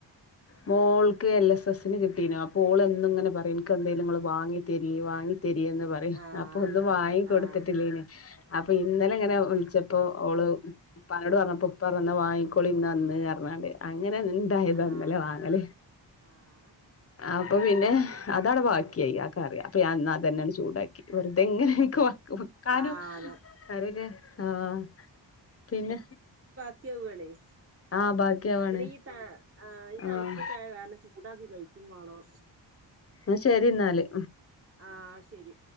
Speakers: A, on the left; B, on the right.
A: മോൾക്ക് എൽ എസ് എസ്സിന് കിട്ടീന അപ്പോൾ എ എന്നിങ്ങനെ പറയും എനക്ക് എന്തേലും നിങ്ങൾ വാങ്ങി തരി വാങ്ങി തെരിയന്ന് പറയും
B: ആഹ്
A: അപ്പൊ ഒന്നും വാങ്ങിക്ക കൊടുത്തിട്ടില്ലീന
B: ആഹ്
A: അപ്പൊ ഇന്നലെ ഇങ്ങനെ വിളിച്ചപ്പോ അവഓള് ഉപ്പാനോട് പറഞ്ഞപ്പ ഇപ്പ പറഞ്ഞു വാങ്ങിക്കോളി ഇന്ന് അന്ന് പറഞ്ഞാണ്ട് അങ്ങനെ ഇതായത്
B: ആഹ്
A: അങ്ങല്ലെ വാങ്ങല്
B: ആഹ്
A: അപ്പൊ പിന്നെ അതാണ് ബാക്കിയായി ആഹ് കറിയാം അപ്പ ഞാ അത് തന്നെയാണ് ചൂടാക്കി വെറുതെ ഇങ്ങനെയൊക്കെ കാനു
B: ആഹ് അതെ
A: കറിയൊക്കെ ആഹ് പിന്നെ
B: കവ ഗണേ <unintelligible>
A: ആഹ് ബാക്കിയാവാണ്
B: പിന്നെ ഈ ത ആ ഈ തണുപ്പൊക്കെ
A: ആഹ്
B: ആയ കാരണം ചൂടാക്കി കഴിക്കും വാണം
A: ന്നാ ശരി ഇന്നാല്
B: ആഹ് ശരി